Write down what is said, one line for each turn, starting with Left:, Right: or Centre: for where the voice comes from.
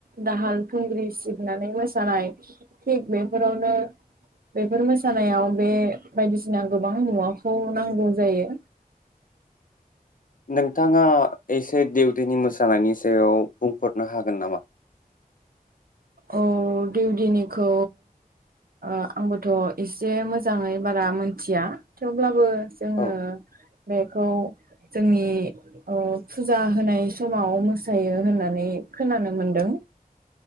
Right: दाहाल थुंग्रि सिबनानै मोसानाय थिग बेफोरावनो बेफोर मोसानायाव बे बायदिस सिना गोबां मुवाखौ नांगौ जायो।
Left: नोंथाङा एसे देवदिनि मोसानायनि सायाव बुंफोरनो हागोन नामा?
Right: औ देवदिनिखौ ओ आंबोथ' एसे मोजाङै बारा मोनथिया थेवब्लाबो जोङो
Left: औ
Right: बेखौ जोंनि ओ फुजा होनाय समाव मोसायो होननानै खोनानो मोनदों।